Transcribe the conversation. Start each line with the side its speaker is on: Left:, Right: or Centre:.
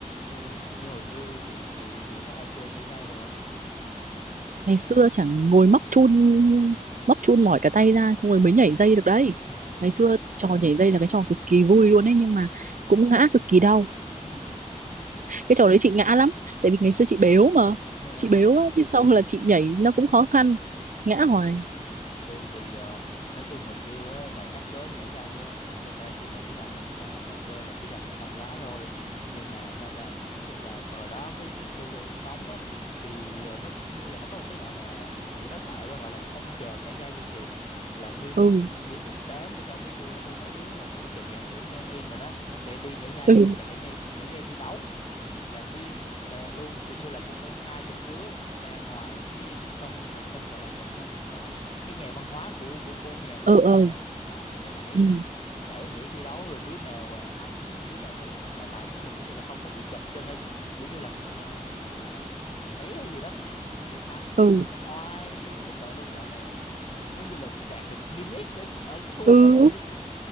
Left: ừ như hồi xưa chị chị chị có hay chơi nhảy dây được không
Right: ngày xưa chẳng ngồi móc chun móc chun mỏi cả tay ra xong rồi mới
Left: yeah
Right: nhảy dây được đấy
Left: yeah
Right: ngày xưa trò nhảy dây là cái trò cực kỳ vui luôn đấy nhưng mà
Left: yeah,
Right: cũng ngã cực kỳ đau
Left: <laughs>
Right: cái trò đấy chị ngã lắm tại vì ngày xưa chị béo mà
Left: yeah.
Right: chị béo á, thế sau là chị nhảy nó cũng khó khăn ngã
Left: Mm.
Right: hoài
Left: Em thì ờ, nói chung hồi xưa á, mà nhắc tới nhảy dây á, thì người ta suy nghĩ rằng là trò chơi này chỉ dành cho con gái thôi. Nhưng mà sao ta, nói chung là hồi đó cái cái khu em sống á thì ờ, nó kiểu như là nó có một cái gọi là tụi nó tạo ra gọi là phong trào nhảy dây luôn chị. Là nguyên
Right: ừ
Left: một nguyên một đám ở trong cái khu đó luôn mấy đứa là tuổi chẹt chẹt tuổi ngang em rồi đó, nó sẽ đi nhảy dây
Right: ừ
Left: mà nhảy dây nhảy dây đi đấu là nguyên một đàn luôn, kiểu như là cũng phải hai chục đứa ra ngoài cái cái sân mà sân gọi là sân ta ta gọi cái nhà văn hóa của của khu nhà gần
Right: ừ
Left: nhà
Right: ừ
Left: á. đó thì nó nhảy
Right: ừ
Left: nhảy và nhảy thi đấu rồi đứa nào à, thắng đứa nào mà ở lại cuối cùng kiểu như là không có bị chập chân hay kiểu như là ờ, sao ta gọi là té hay gì đó thì sẽ thắng
Right: ừ
Left: lúc đó nó oai dễ sợ luôn gọi là giống như là đạt được Guinness ở, ở cái khu
Right: ừ.
Left: làng vậy đó chị